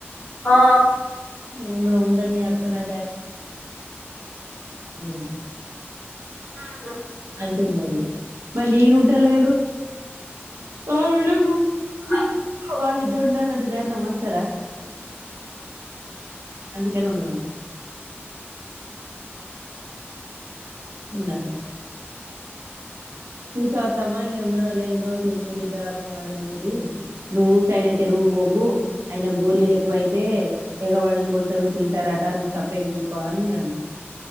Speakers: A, on the left; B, on the right.
A: ఆ
B: ఉ ఉండని అక్కని <unintelligible>
A: ఆ
B: బయట ఉన్నది ఇగ మరి నేనుంటలేరు ఆవిడా
A: అ
B: వాళ్ళిద్దరు ఉండాలంటే ధైర్నాం వస్తదా ఇద్దరు ఉండమన్నా ఉన్నాడు ఊస అతమ్మా ఇం ఉన్నదో లేందో తినుకుంటా ఇద్దరు ఒకేసాటా ఉండురి నువ్వుకయనట్టే రుగుపోకు ఆయన గోలీలు ఎక్కువైతే ఎగబడు కొడతారు తింటారట ను సెపరేట్ ఊక అని నేనన్న